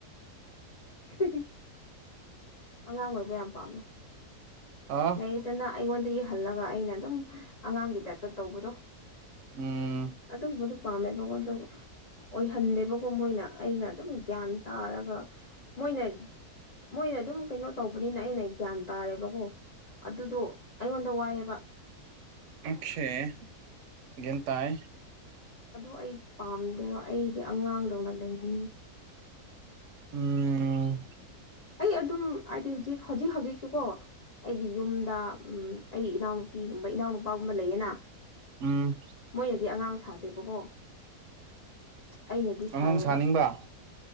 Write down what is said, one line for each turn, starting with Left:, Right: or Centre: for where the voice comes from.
Left: <unintelligible> ꯑꯉꯥꯡ ꯑꯣꯏꯕ ꯌꯥꯝ ꯄꯥꯝꯃꯦ
Right: ꯑꯥ
Left: ꯂꯩꯗꯅ ꯑꯩꯉꯣꯟꯗ ꯌꯦꯍꯜꯂꯒ ꯑꯩꯅ ꯑꯗꯨꯝ ꯑꯉꯥꯡꯒꯤ ꯇꯥꯏꯞꯇ ꯇꯧꯕꯗꯣ
Right: ꯎꯝ
Left: ꯑ ꯇ ꯃꯗꯨ ꯄꯥꯃꯦ ꯀꯣꯒꯣꯗ ꯑꯣꯏꯍꯟꯗꯦꯕꯀꯣ ꯃꯣꯏꯅ ꯑꯩꯅ ꯑꯗꯨꯝ ꯒ꯭ꯌꯥꯟ ꯇꯥꯔꯒ ꯃꯣꯏꯅ ꯃꯣꯏꯅ ꯑꯗꯨꯝ ꯀꯩꯅꯣ ꯇꯧꯕꯅꯤꯅ ꯑꯩꯅ ꯒ꯭ꯌꯥꯟ ꯇꯥꯔꯦꯕꯀꯣ ꯑꯗꯨꯗꯣ ꯑꯩꯉꯣꯟꯗ ꯋꯥꯏꯑꯦꯕ
Right: ꯑꯁꯦ ꯦꯟꯇꯥꯏ
Left: ꯑꯗꯨ ꯑꯩ ꯄꯥꯝꯗꯦꯕ ꯑꯩꯗꯤ ꯑꯉꯥꯡꯗꯧꯅ ꯂꯩꯅꯤꯡꯉꯤ
Right: ꯎꯝ
Left: ꯑꯩ ꯑꯗꯨꯝ ꯍꯥꯏꯗꯤ ꯍꯧꯖꯤꯛ ꯍꯧꯖꯤꯛ ꯍꯧꯖꯤꯛꯁꯨꯀꯣ ꯑꯩꯒꯤ ꯌꯨꯝꯗ ꯎꯝ ꯑꯩ ꯏꯅꯥꯎꯅꯨꯄꯤꯒꯨꯝꯕ ꯏꯅꯥꯎꯅꯨꯄꯥꯒꯨꯝꯕ ꯂꯩꯌꯦꯅ
Right: ꯎꯝ
Left: ꯃꯣꯏꯅꯗꯤ ꯑꯉꯥꯡ ꯁꯥꯗꯦꯕꯀꯣ ꯑꯩꯅꯗꯤ ꯁꯥꯏꯌꯦꯕ
Right: ꯑꯉꯥꯡ ꯁꯥꯅꯤꯡꯕ ꯑꯣ